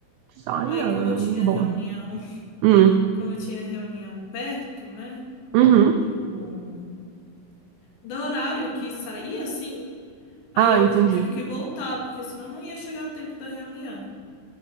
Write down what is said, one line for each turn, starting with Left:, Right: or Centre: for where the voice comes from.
Right: Designer.
Left: Aí como eu tinha reunião,
Right: Bom.
Left: <laughs>
Right: Hum.
Left: como eu tinha reunião perto, né?
Right: Uhum.
Left: Do, do horário que saía, assim, aí
Right: Ah,
Left: eu
Right: entendi.
Left: tive que voltar, porque senão não ia chegar a tempo da reunião.